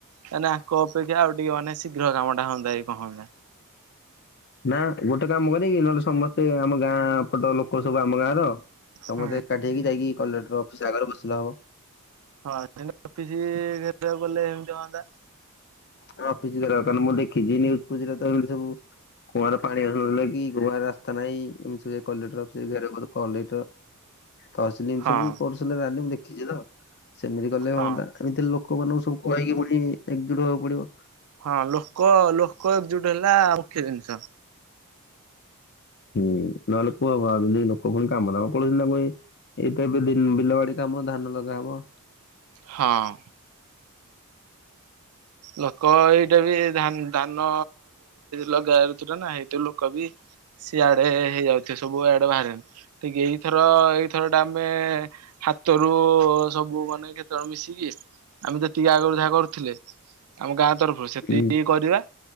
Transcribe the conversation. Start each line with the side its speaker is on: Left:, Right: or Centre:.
Right: ମାନେ ଆଙ୍କ ଅପେକ୍ଷା ଆଉ ଟିକେ ମାନେ ଶୀଘ୍ର କାମ ଟା ହନ୍ତା କି କଣ ହନ୍ତା।
Left: ନା ଗୋଟେ କାମ କରିକି ନହଲେ ସମସ୍ତେ ଆମ ଗାଁ ପଟ ଲୋକ ସବୁ ଆମ ଗାଁର ସମସ୍ତେ
Right: ହୁଁ।
Left: ଏକାଠି ହେକି ଯାଇକି କଲେକ୍ଟର୍ ଅଫିସ୍ ଆଗରେ ବସିଲେ ହବ।
Right: ହଁ ସେ ଅଫିସ ଘେରଉକୁ ଗଲେ ଏମିତି ହଅନ୍ତା।
Left: ହଁ ଅଫିସ ଘେରାଉ କଲେ ମୁଁ ଦେଖଛିତ ଏ ନ୍ୟୁଜ ଫିୟୁଜ ରେ ତ ଏମିତି ସବୁ। କୁଆଁରେ ପାଣି ଆସୁନାହିଁକି କି ରାସ୍ତା ନାହିଁ ଏମିତି ସବୁ କଲେକ୍ଟର ଅଫିସ ରେ ଘେରାଉ କଲେ କଲେ ତହସିଲ
Right: ହଁ
Left: ସବୁ କରୁଚନ୍ତି ରାଲି ଦେଖିଛି ତ ସେମିତି କଲେ
Right: ହଁ
Left: ହୁଅନ୍ତା ଏମିତି ଲୋକମାନଙ୍କୁ ସବୁ କହିକି ପୁଣି ଏକଜୁଟ ହବାକୁ ପଡିବ
Right: ହଁ ଲୋକ ଲୋକ ଏକଜୁଟ ହେଲା ମୁଖ୍ୟ ଜିନିଷ
Left: ହୁଁ ନହେଲେ ପୁଅ ବା ଲୋକ ପୁଣି କାମ ଦାମ ପଳେଇଥିଲା ମୁଇଁ ଏଇତ ଏବେ ବିଲ ବାଡି କାମ ଧାନ ଲଗା ହବ
Right: ହଁ ଲୋକ ଏଇଟା ବି ଧାନ ଲଗା ଯାଉଛି ନା ଏଇ ଲୋକ ବି ସିଆଡେ ହେଇ ଯାଉଥିବେ ସବୁ ଆଡେ ବାହାରେ ଟିକେ ଏଇଥର ଏଇଥର ଟା ଆମେ ହାତରୁ ସବୁ ମାନେ ଜଣ ମିଶିକି ଆମେ ତ ଯେତିକି ଆଗରୁ ଯାହା କରୁଥିଲେ ଆମ ଗାଁ ତରଫ ସେତିକି
Left: ହୁଁ
Right: ଟିକେ କରିବା